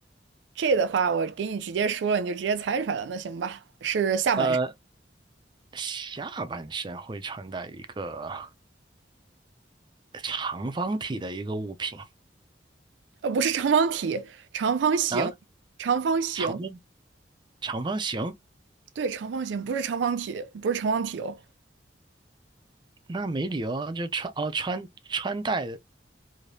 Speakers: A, on the right (about 80°); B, on the right (about 25°).
A: 这的话，我给你直接说了，你就直接猜出来了。那行吧，是下半身，
B: 呃，下半身会穿戴一个长方体的一个物品
A: 呃，不是长方体，长方形，
B: 啊，
A: 长方形，
B: 长方长方形
A: 对，长方形，不是长方体，不是长方体哦，
B: 那没理由啊，就穿哦穿穿戴